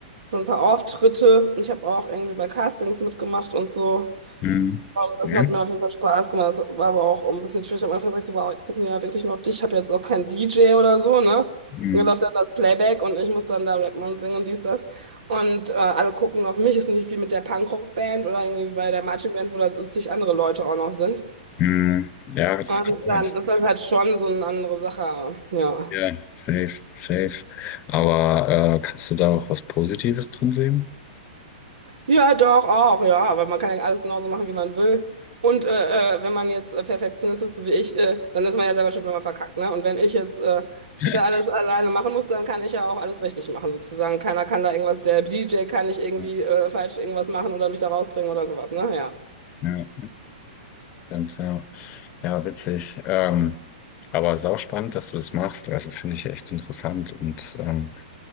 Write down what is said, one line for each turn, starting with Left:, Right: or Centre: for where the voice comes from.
Right: schon ein paar Auftritte. Ich habe auch irgendwie bei Castings mitgemacht und so.
Left: Mhm.
Right: Ähm, Das
Left: Ja.
Right: hat mir auf jeden Fall Spaß gemacht. Das war aber auch ein bisschen schwierig. Am Anfang dachte ich so, wow, jetzt gucken die ja wirklich nur auf dich. Ich habe jetzt auch keinen DJ oder so, ne?
Left: Mhm.
Right: Und dann läuft dann das Playback und ich muss dann da rappen und singen und dies, das. Und äh, alle gucken auf mich. Ist nicht wie mit der Punkrock-Band oder irgendwie wie bei der Marching Band, wo da zig andere Leute auch noch sind.
Left: Mhm. Ja, das
Right: Und
Left: kann
Right: dann
Left: ich.
Right: ist
Left: Das-
Right: das halt schon so eine andere Sache. Ja.
Left: Ja, safe, safe. Aber äh, kannst du da auch was Positives drin sehen?
Right: Ja, doch, auch, ja, aber man kann ja alles genauso machen, wie man will. Und äh, äh, wenn man jetzt äh, Perfektionist ist, so wie ich, äh, dann ist man ja selber schuld, wenn man verkackt, ne? Und wenn ich jetzt äh,
Left: <laughs>
Right: da alles alleine machen muss, dann kann ich ja auch alles richtig machen, sozusagen. Keiner kann da irgendwas, der DJ kann nicht irgendwie
Left: Ja.
Right: äh, falsch irgendwas machen oder mich da rausbringen oder sowas, ne? Ja.
Left: Ja. Stimmt, ja. Ja, witzig. Ähm, aber sauspannend, dass du das machst. Also finde ich echt interessant und ähm,